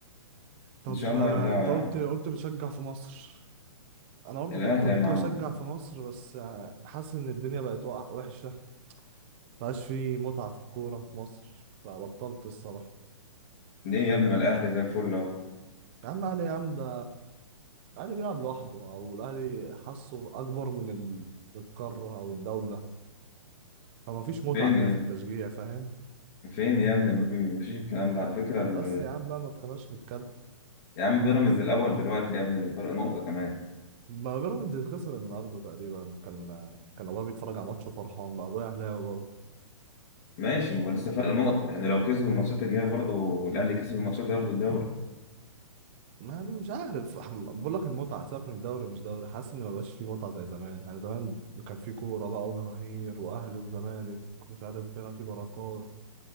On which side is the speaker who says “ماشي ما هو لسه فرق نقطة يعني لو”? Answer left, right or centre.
Left